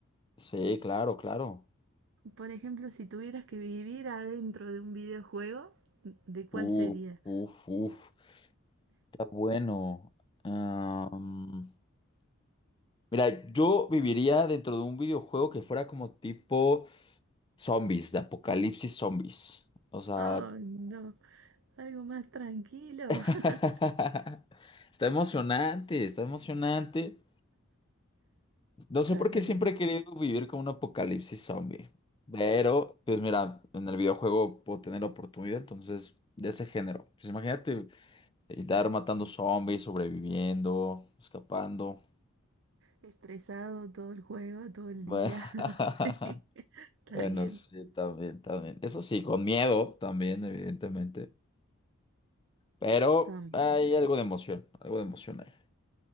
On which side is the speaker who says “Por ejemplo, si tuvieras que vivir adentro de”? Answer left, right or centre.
Right